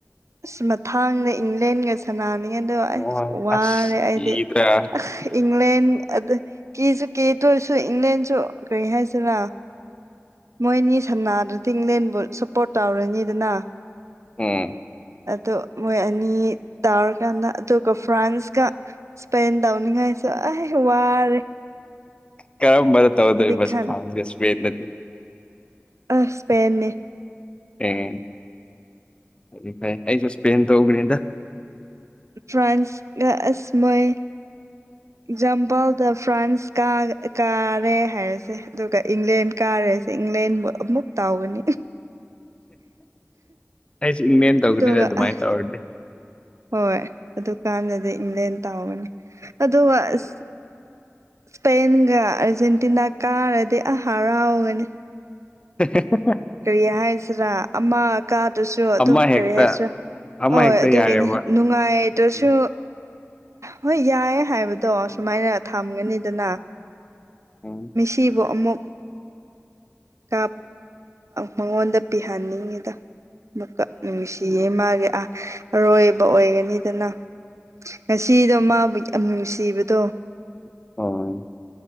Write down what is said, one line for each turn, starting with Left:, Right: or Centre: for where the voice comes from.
Right: ꯑꯁ ꯃꯊꯥꯡꯗ ꯏꯪꯂꯦꯟꯒ ꯁꯥꯟꯅꯅꯤꯡꯉꯦꯗꯣ
Left: ꯍꯣꯏ
Right: ꯑꯁ ꯋꯥꯔꯦ
Left: ꯑꯁ
Right: ꯑꯩꯗꯤ
Left: ꯀꯤꯗ꯭ꯔꯥ
Right: ꯑ ꯏꯪꯂꯦꯟ ꯑꯗ ꯀꯦꯁꯨ ꯀꯦ ꯇꯑꯣꯏꯔꯁꯨ ꯏꯪꯂꯦꯟꯁꯨ ꯀꯩ ꯍꯥꯏꯁꯤꯔ ꯃꯣꯏꯅꯤ ꯁꯅꯥꯗ ꯇꯤꯡꯂꯦꯟꯕꯨ ꯁꯞꯄꯣꯔꯠ ꯇꯧꯔꯅꯤꯗꯅ
Left: ꯎꯝ
Right: ꯑꯗꯣ ꯃꯣꯏ ꯑꯅꯤ ꯇꯥꯔꯀꯥꯟꯗ ꯑꯗꯨ ꯐ꯭ꯔꯥꯟꯁ ꯀ ꯁꯄꯦꯟꯟ ꯇꯧꯅꯤꯡꯉꯥꯏꯁꯨ ꯑꯍ ꯋꯥꯔꯦ
Left: ꯀꯔꯝꯕꯔ ꯇ ꯇꯧꯗꯣꯕ
Right: ꯍꯥꯏꯗꯤ
Left: <unintelligible>
Right: ꯈꯟ
Left: ꯁꯐꯦꯁꯗꯤ
Right: ꯑꯁ ꯁꯄꯟꯅꯅꯤ
Left: ꯑꯦ ꯐꯗꯤ ꯐꯩ ꯑꯩꯁꯨ ꯁ꯭ꯄꯦꯟ ꯇ ꯎꯈ꯭ꯔꯔꯤꯗ
Right: ꯐ꯭ꯔꯥꯟꯁꯀ ꯑꯁ ꯃꯣꯏ
Left: <inaudible>
Right: ꯑꯦꯛꯖꯥꯝꯄꯜꯗ ꯐ꯭ꯔꯥꯟꯁ ꯀꯥꯔꯦ ꯍꯥꯏꯔꯁꯦ ꯑꯗꯨꯒ ꯏꯪꯂꯦꯟ ꯀꯥꯔꯦꯁꯦ ꯏꯪꯂꯦꯟꯕꯨ ꯑꯃꯨꯛ ꯇꯥꯎꯒꯅꯤ
Left: ꯑꯩꯁ ꯏꯪꯃꯦꯟ ꯇꯧꯒꯅꯤꯗ
Right: ꯑꯗꯨꯒ
Left: ꯑꯗꯨꯃꯥꯏꯅ
Right: ꯑꯁ
Left: ꯇꯧꯔꯅꯦ
Right: ꯍꯣꯏ ꯑꯗꯨꯀꯥꯟꯗꯗꯤ ꯏꯪꯂꯦꯟ ꯇꯥꯎꯒꯅꯤ ꯑꯗꯨꯒ ꯑꯁ ꯏꯁꯄꯦꯟꯒ ꯑꯥꯔꯖꯦꯟꯇꯤꯅꯥ ꯀꯥꯔꯗꯤ ꯑ ꯍꯔꯥꯎꯒꯅꯤ
Left: <unintelligible>
Right: ꯀꯔꯤ ꯍꯥꯏꯖꯔꯥ ꯑꯃ ꯀꯥꯗꯨꯁꯨ ꯑꯗꯨꯝ
Left: ꯑꯃ ꯍꯦꯛꯇ
Right: ꯀꯔꯤ ꯍꯥꯏꯁꯤꯔꯥ
Left: ꯑꯃ
Right: ꯑꯣꯏ
Left: ꯍꯦꯛꯇ
Right: ꯑꯗꯨꯒꯤꯅꯤ
Left: ꯌꯥꯔꯦꯕ
Right: ꯅꯨꯡꯉꯥꯏ ꯇꯁꯨ
Left: ꯎꯝ
Right: ꯍꯣꯏ ꯌꯥꯏ ꯍꯥꯏꯕ ꯇꯣ ꯑꯥꯁꯨꯃꯥꯏꯅ ꯊꯝꯒꯅꯤꯗꯅ
Left: ꯎꯝ
Right: ꯁꯤꯕꯨ ꯑꯃꯨꯛ ꯀꯥ ꯃꯉꯣꯟꯗ ꯄꯤꯍꯟꯅꯤꯡꯉꯤꯗ ꯑꯃꯨꯛꯀꯛ ꯅꯨꯡꯁꯤꯌꯦ ꯃꯥꯒꯤ ꯑ ꯑꯔꯣꯏꯕ ꯑꯣꯏꯒꯅꯤꯗꯅ ꯉꯁꯤꯗꯣ ꯃꯥꯕꯨ ꯌꯥꯝ ꯅꯨꯡꯁꯤꯕꯗꯣ
Left: <unintelligible>